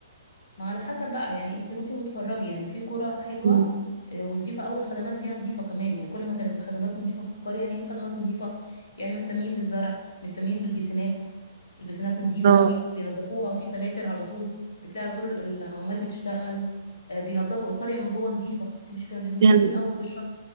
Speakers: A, on the left (about 65°); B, on the right (about 55°).
A: ما على حسب بقى يعني انت روحي واتفرجي يعني في قرى حلوه
B: مم.
A: آه، ونضيفه قوي الخدمات فيها نضيفه كمان يعني كل ما كانت الخدمات نضيفه في القريه يعني ايه الخدمات نضيفه يعني مهتمين بالزرع مهتمين بالبيسينات البيسينات نضيفه
B: اه
A: قوي بينظفوها في فلاتر على طول بتلاقي على طول العمال بتشتغل آه، بينظفوا القريه من جوه نضيفه تمشي فيها نضيفه مهتمين
B: جامد
A: قوي بالشط